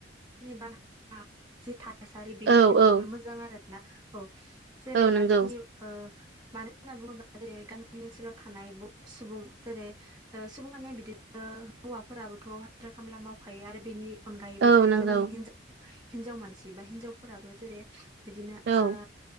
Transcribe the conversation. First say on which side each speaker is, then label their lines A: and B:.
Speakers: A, on the right; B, on the right.
A: <unintelligible> <inaudible> थासारि बे
B: औ
A: माने
B: औ
A: जोबोर मोजां आरोना औ जेनेबा
B: औ नंगौ
A: जोंनि ओ मानो होनना बुङोबा जेरै गामि ओनसोलाव थानाय सुबुं जेरै ओ सुबुं माने बिनो हौवाफोराबोथ' हाज्रिरा खामला मावखायो आरो बेनि अनगायैबो
B: औ
A: जे
B: नंगौ
A: जोंनि हिन्जाव। हिनजाव मानसि बा हिन्जावफोराबो जेरै बिदिनो
B: औ
A: ओ